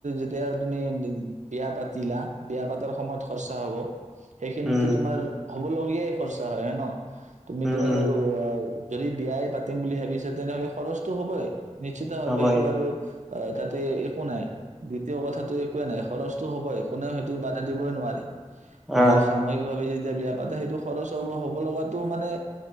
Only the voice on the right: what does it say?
এতিয়া তুমি বিয়া পাতিলা বিয়া পাতাৰ সময়ত খৰচা হ'ব সেই কিন্তু
তোমাৰ হ'বলগীয়াই খৰচা হয়ে ন তুমিতো
আৰু
যদি বিয়াই পাতিম বুলি ভাবিছে তেনেহ'লে খৰচটো হ'বই নিশ্চিত
ভাৱ স থ আৰু অ তাতে একো নাই দ্বিতীয় কথাটো একোৱেই নাই খৰচটো হ'বই কোনেও সেইটো বাধা দিবই নোৱাৰে
তুমি সাময়িক ভাৱে য যেতিয়া বিয়া পাতে সেইটো খৰচ হ'ব হ'ব লগাো মানে